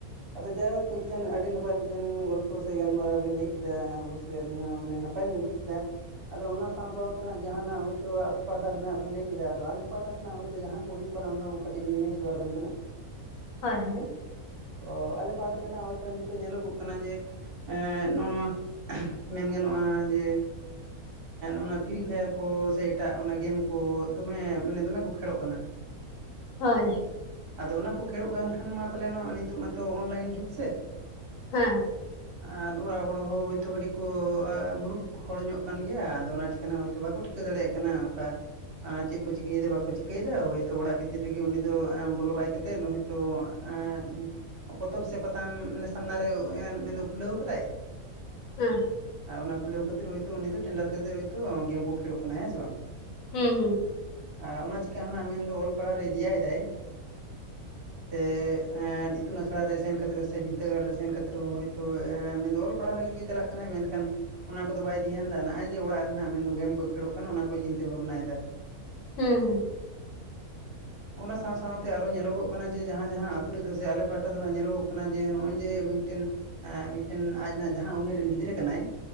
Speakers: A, on the right (about 50°); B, on the left (about 70°).
A: ᱟᱫᱚ ᱡᱟᱭᱦᱳᱠ ᱢᱤᱫᱴᱮᱱ ᱟᱹᱰᱤ ᱱᱟᱯᱟᱭ ᱢᱤᱫᱴᱮᱱ ᱜᱚᱞᱯᱷᱚ ᱥᱮ ᱜᱟᱞᱢᱟᱨᱟᱣ ᱵᱤᱱ ᱞᱟᱹᱭ ᱠᱮᱫᱟ ᱚᱵᱳᱥᱥᱚᱭ ᱟᱹᱞᱤᱧ ᱦᱚᱸ ᱢᱟᱱᱮ ᱱᱟᱯᱟᱭ ᱞᱤᱧ ᱵᱩᱡᱽ ᱠᱮᱫᱟ ᱾ ᱠᱮᱫᱟ, ᱟᱫᱚ ᱚᱱᱟ ᱥᱟᱶ ᱥᱟᱶᱛᱮ ᱡᱟᱦᱟᱱᱟᱜ ᱦᱚᱭᱛᱚᱼᱼ ᱯᱟᱦᱴᱟ ᱥᱮᱱᱟᱜ ᱵᱮᱱ ᱞᱟᱹᱭ ᱠᱮᱫᱟ ᱾ ᱟᱞᱮ ᱯᱟᱦᱴᱟ ᱥᱮᱱᱟᱜ ᱦᱚᱭᱛᱳ ᱡᱟᱦᱟᱸ ᱠᱚ ᱦᱩᱭᱩᱜ ᱠᱟᱱᱟ ᱚᱱᱟ ᱠᱚ ᱠᱟᱹᱴᱤᱡ ᱞᱟᱹᱭ ᱥᱚᱫᱚᱨ ᱵᱮᱱ ᱠᱟᱱᱟ ᱾
B: ᱦᱚᱭ ᱦᱚᱭ ᱾
A: ᱚ ᱟᱞᱮ ᱯᱟᱦᱟᱴᱟ ᱫᱚ ᱱᱟᱜ ᱦᱚᱭᱛᱳ ᱱᱤᱛᱳᱜ ᱧᱮᱞᱚᱜᱚᱜ ᱠᱟᱱᱟ ᱡᱮᱼᱼ ᱱᱚᱜᱼᱚ ᱱᱚᱣᱟ ᱢᱮᱱ ᱜᱟᱱᱚᱜᱼᱟ ᱡᱮᱼᱼ ᱚᱱᱟ ᱯᱷᱨᱤ ᱯᱷᱟᱭᱟᱨ ᱠᱚ ᱥᱮ ᱮᱴᱟᱜ ᱚᱱᱟ ᱜᱮᱢ ᱠᱚ ᱫᱚᱢᱮ ᱢᱟᱱᱮ ᱫᱚᱢᱮ ᱠᱚ ᱠᱷᱮᱞᱚᱜ ᱠᱟᱱᱟ ᱾ <inaudible>
B: ᱦᱳᱭ ᱾
A: ᱟᱫᱚ ᱚᱱᱟ ᱠᱚ ᱠᱮᱲᱚᱜ ᱠᱟᱱ ᱠᱷᱟᱱ ᱢᱟ ᱯᱟᱞᱮᱱᱚᱜ ᱱᱤᱛᱚᱜ ᱢᱟ ᱛᱚ ᱚᱱᱞᱟᱭᱤᱱ ᱡᱩᱜᱽ ᱥᱮ ᱾
B: ᱦᱮᱸ ᱾
A: ᱟᱨ ᱚᱲᱟᱜ ᱦᱚᱲ ᱦᱚᱸ ᱦᱳᱭᱛᱳ ᱠᱟᱹᱴᱤᱡ ᱠᱚ ᱢᱩᱨᱩᱠᱷᱼᱼ ᱦᱚᱲ ᱧᱚᱜ ᱠᱟᱱ ᱜᱮᱭᱟ ᱟᱫᱚ ᱚᱱᱟ ᱪᱤᱠᱟᱹ ᱱᱟᱜ ᱦᱚᱭᱛᱳ ᱵᱟᱠᱚ ᱴᱷᱤᱠᱟᱹ ᱫᱟᱲᱮᱭᱟᱜ ᱠᱟᱱᱟ, ᱚᱠᱟᱼᱼ ᱪᱮᱫ ᱠᱚ ᱪᱤᱠᱟᱹᱭᱮᱫᱟ ᱵᱟᱠᱚ ᱪᱤᱠᱟᱹᱭᱮᱫᱟ ᱦᱚᱭᱛᱚ ᱚᱲᱟᱜ ᱵᱷᱤᱛᱤᱨ ᱨᱮᱜᱮ ᱩᱱᱤ ᱫᱚ ᱵᱚᱞᱚ ᱵᱟᱭ ᱠᱟᱛᱮᱫ ᱱᱚᱜᱼᱚᱭᱼᱼ ᱛᱚ ᱮᱸᱫ ᱯᱚᱛᱚᱵ ᱥᱮ ᱯᱟᱛᱟᱢ ᱢᱟᱱᱮ ᱥᱟᱢᱱᱟ ᱨᱮ ᱢᱮᱱ ᱫᱚ ᱠᱷᱩᱞᱟᱹᱣ ᱟᱠᱟᱫᱟᱭ ᱾
B: ᱦᱮᱸ ᱾
A: ᱟᱨ ᱚᱱᱟ ᱠᱷᱩᱞᱟᱹᱣ ᱠᱟᱛᱮᱫ ᱦᱩᱭ ᱛᱚ ᱩᱱᱤ ᱫᱚ ᱴᱮᱱᱰᱟᱨ ᱠᱟᱛᱮ ᱦᱳᱭ ᱛᱚ ᱜᱮᱢ ᱠᱚ ᱠᱷᱮᱞᱳᱚᱜ ᱠᱟᱱᱟᱭ ᱦᱮᱸ ᱥᱮ ᱵᱟᱝ ᱾
B: ᱦᱩᱸ ᱦᱩᱸ᱾
A: ᱟᱨ ᱚᱱᱟ ᱪᱤᱠᱟᱹ ᱱᱟᱜ ᱢᱮᱱ ᱫᱚ ᱚᱞ ᱯᱟᱲᱦᱟᱣ ᱨᱮ ᱫᱤᱭᱟᱭᱫᱟᱭ ᱾ ᱥᱮ ᱮᱱᱰᱼᱼ ᱤᱛᱩᱱ ᱟᱥᱲᱟ ᱨᱮ ᱥᱮᱱ ᱠᱟᱛᱮ ᱥᱮ ᱵᱤᱫᱽᱫᱟᱹᱜᱟᱲ ᱨᱮ ᱥᱮᱱ ᱠᱟᱛᱮᱫ ᱦᱚᱭᱛᱳ ᱢᱮᱱ ᱫᱚ ᱚᱞ ᱯᱟᱲᱦᱟᱜ ᱞᱟᱹᱜᱤᱫ ᱜᱮ ᱪᱟᱞᱟᱜ ᱠᱟᱱᱟᱭ ᱢᱮᱱᱠᱷᱟᱱ ᱚᱱᱟ ᱠᱚᱫᱚ ᱵᱟᱭ ᱫᱷᱮᱭᱟᱱ ᱫᱟ ᱱᱚᱜᱼᱚᱭ ᱡᱮ ᱚᱲᱟᱜ ᱨᱮᱱᱟᱜ ᱢᱮᱱᱫᱚ ᱜᱮᱢ ᱠᱚ ᱠᱷᱮᱞᱳᱜ ᱠᱟᱱᱟ ᱚᱱᱟ ᱠᱚᱭ ᱪᱤᱱᱛᱟᱹ ᱵᱷᱟᱵᱽᱱᱟᱭᱫᱟ ᱾
B: ᱦᱩᱸ ᱾
A: ᱚᱱᱟ ᱥᱟᱶ ᱥᱟᱶᱛᱮ ᱟᱨᱚ ᱧᱮᱞᱚᱜᱚᱜ ᱠᱟᱱᱟ ᱡᱮ ᱡᱟᱦᱟᱸ ᱡᱟᱦᱟᱸ ᱟᱹᱛᱩ ᱨᱮᱫᱚ ᱥᱮ ᱟᱞᱮ ᱯᱟᱦᱴᱟ ᱫᱚ ᱦᱟᱸᱜ ᱧᱮᱞᱚᱜᱚᱜ ᱠᱟᱱᱟ ᱡᱮ ᱱᱚᱜᱼᱚᱭ ᱡᱮ ᱢᱤᱫᱴᱮᱱ ᱮᱸ ᱢᱤᱫᱴᱮᱱ ᱟᱡ ᱱᱦᱟᱜ ᱡᱟᱦᱟᱸ ᱩᱢᱮᱨ ᱨᱮᱱ ᱜᱤᱫᱽᱨᱟᱹ ᱠᱟᱱᱟᱭ